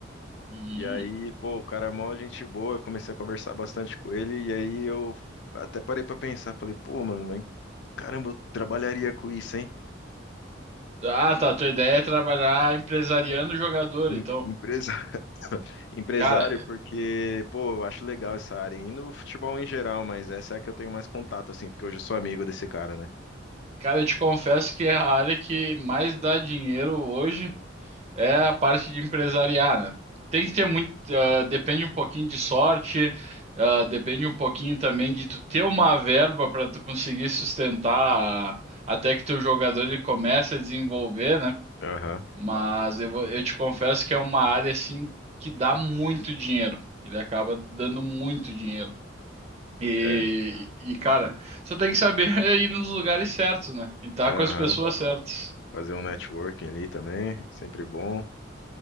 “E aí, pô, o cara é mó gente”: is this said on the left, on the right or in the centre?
Left